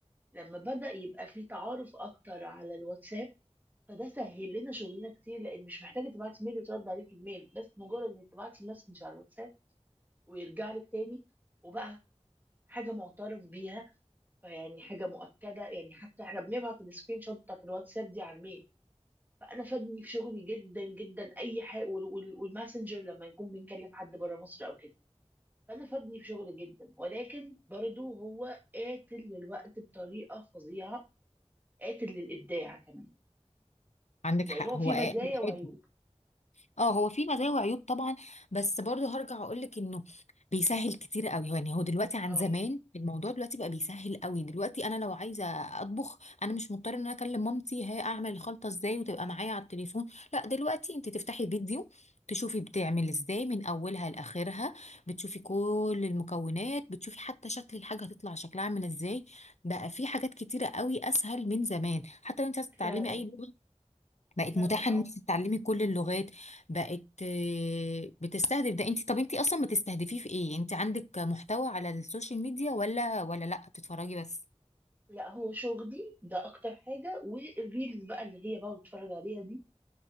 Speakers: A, on the right (about 15°); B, on the left (about 75°).
A: لما بدا يبقى في تعارف اكتر على الواتساب فده سهل لنا شغلنا كتير لان مش محتاجه تبعتي ميل وترد عليك بميل بس مجرد انك تبعتي مسج على الواتساب ويرجع لك تاني وبقى حاجه معترف بيها فيعني حاجه مؤكده يعني حتى احنا بنبعت السكرين شوت بتاعت الواتساب دي على الميل فانا فادني في شغلي جدا جدا اي حاجه وال- وال- والماسنجر لما نكون بنكلم حد بره مصر او كده فانا فادني في شغلي جدا ولكن برضه هو قاتل للوقت بطريقه فظيعه قاتل للابداع كمان
B: عندك
A: يعني
B: حق
A: هو
B: هو
A: في
B: آ-
A: مزايا
B: هو
A: وعيوب
B: آدم اه هو في مزايا وعيوب طبعا بس برضه هرجع اقول لك انه بيسهل كتير قوي يعني هو دلوقتي عن
A: اه
B: زمان الموضوع دلوقتي بقى بيسهل قوي دلوقتي انا لو عايزه اطبخ انا مش مضطره ان انا اكلم مامتي هي اعمل الخلطه ازاي وتبقى معايا على التليفون لا دلوقتي انت تفتحي فيديو تشوفي بتعمل ازاي من اولها لاخرها بتشوفي كل المكونات بتشوفي حتى شكل الحاجه هتطلع شكلها عامل ازاي بقى في حاجات كتيره قوي اسهل من زمان حتى لو انت عايزه تتعلمي
A: فعلا
B: اي لغه بقت
A: فعلا
B: متاحه
A: اه
B: ان انت تتعلمي كل اللغات بقت آه، بتستهدف ده انت طب انت اصلا بتستهدفيه في ايه انت عندك محتوى على السوشيال ميديا ولا ولا لا بتتفرجي بس
A: لا هو شغلي ده اكتر حاجه والريلز بقى اللي هي بقعد اتفرج عليها دي